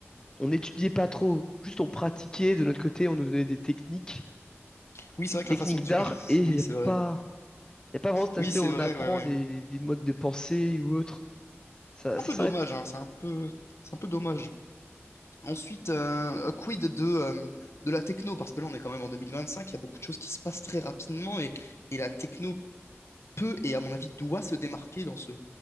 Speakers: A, on the left; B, on the left.
A: on n'étudiait pas trop, juste on pratiquait de notre côté, on nous donnait des techniques,
B: Oui, c'est vrai que
A: techniques
B: la façon de
A: d'art,
B: faire. <laughs>
A: et il
B: Oui,
A: n'y
B: c'est
A: a
B: vrai.
A: pas, y a pas vraiment cet
B: Oui,
A: aspect
B: c'est
A: où on
B: vrai,
A: apprend
B: ouais, ouais.
A: des, des- des modes de pensée ou autre. Ça,
B: C'est
A: ça
B: un peu
A: s'arrête.
B: dommage, hein, c'est un peu, c'est un peu dommage. Ensuite, euh, quid de, euh, de la techno, parce que là on est quand même en 2025, il y a beaucoup de choses qui se passent très rapidement et, et la techno peut et à mon avis doit se démarquer dans ce,